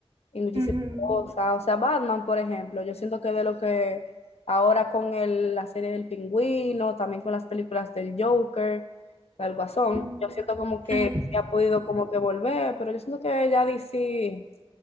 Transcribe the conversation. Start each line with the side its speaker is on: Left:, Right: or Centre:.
Left: y muchísimas
Right: Ujú,
Left: cosas. O sea, Batman, por ejemplo, yo siento que de lo que ahora con el- la serie del Pingüino, también con las películas del Joker, del Guasón,
Right: ujú,
Left: yo siento como que
Right: ajá.
Left: sí ha podido como que volver, pero yo siento que ya DC